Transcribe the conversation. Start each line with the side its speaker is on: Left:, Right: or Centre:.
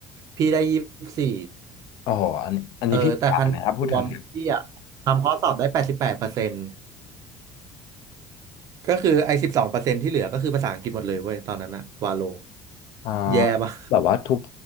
Right: พี่ได้ยี่สี่
Left: โอ้โหอันอันนี้พี่อ่านนะครับพูดถึง
Right: เออแต่คะแนนรวมพี่อะทำข้อสอบได้แปดสิบแปดเปอร์เซ็นต์ก็คือไอ้สิบสองเปอร์เซ็นต์ที่เหลือก็คือภาษาอังกฤษหมดเลยเว้ยตอนนั้นอะวาโล
Left: อ่า
Right: แย่ปะ
Left: แบบว่าทุก